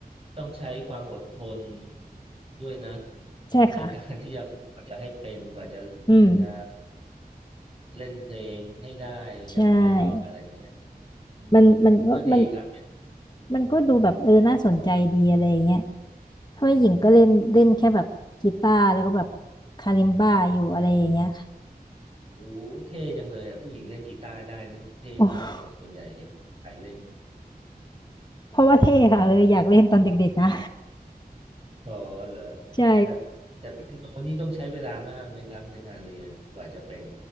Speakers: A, on the right; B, on the left.
A: ต้องใช้ความอดทนด้วยนะ
B: ใช่ค่ะ
A: ในการที่จะฝึกกว่าจะให้เป็นกว่าจะ
B: อืม
A: จะเล่นเพลงให้ได้อย่างไพเราะอะไรเงี้ย
B: ใช่
A: อืม
B: มันมันก็มัน
A: ก็ดีครับ
B: มันก็ดูแบบเออ น่าสนใจดีอะไรอย่างเงี้ยเพราะว่าหญิงก็เล่นเล่นแค่แบบกีตาร์แล้วก็แบบ
A: อืม
B: คาลิมบ้าอยู่อะไรอย่างเงี้ยค่ะ
A: โอ้เท่จังเลยอ่ะผู้หญิงเล่นกีตาร์ได้นี่เท่มากเลยส่วนใหญ่เห็นใครเล่น
B: โอ้เพราะว่าเท่ค่ะเลยอยากเล่นตอนเด็กๆนะ
A: อ๋อเหรอ
B: ใช่
A: แต่แต่เปียโนนี่ต้องใช้เวลามากไหมครับในการเรียนกว่าจะเป็น